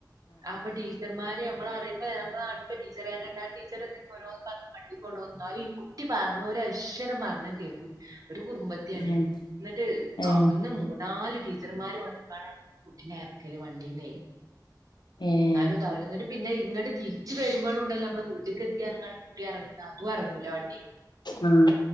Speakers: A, on the right; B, on the left.
A: ആഹ് അപ്പോ ടീ ടീച്ചർമാര് നമ്മളറിയുന്ന നമ്മുടെ നാട്ടിത്തെ ടീച്ചർമാരുണ്ട് ആ ടീച്ചർ എന്നിട്ട് ഓരോന്ന് ആക്കി കൊണ്ട് വന്നാലും ഈ കുട്ടി കുട്ടി പറഞ്ഞു ഒരക്ഷരം പറഞ്ഞ കേൾക്കൂല ഒരു കുറുമ്പത്തി ത്തിയാണ്
B: ഏഹ്
A: എന്നിട്ട്
B: ഏഹ്
A: അവിടുന്ന് നാല് ടീച്ചർമാര് വന്നിട്ടാണ് കുട്ടിനെ ഇറക്കല് വണ്ടീന്നേ
B: ഏഹ്
A: ന്നാലും ഇതാവില്ല എന്നിട്ട് പിന്നെ ഇങ്ങട് തിരിച്ച് വരുമ്പോഴുണ്ടല്ലോ നമ്മള് വീട്ടിക്കെത്തിയാൽ കുട്ടി ഇറങ്ങോ അതും ഇറങ്ങൂലാ വണ്ടീന്ന്
B: ഉം